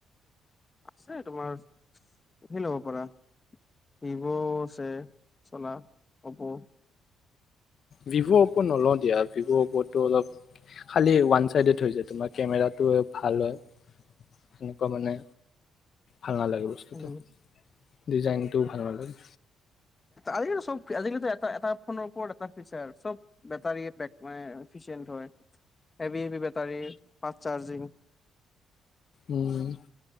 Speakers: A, on the left; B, on the left.
A: চে তোমাৰ সেই ল'ব পাৰা ভিভ' আছে চলা, অপ'।
B: ভিভ' অপ' নলও দিয়া ভিভ' অপ'টো অলপ খালি ওৱান চাইডেড হৈ যায় তোমাৰ কেমেৰাটো ভাল হয় সেনেকুৱা মানে ভাল নালাগে বস্তুটো
A: উম
B: ডিজাইন তো ভাল লাগে।
A: আজিকালিতো চব আজিকালিতো এটা এটা ফৌন ওপৰত এটা ফিচাৰ চব বেটাৰিয়ে পেকমাই ফিচেনত হয় heavy heavy battery fast charging
B: উম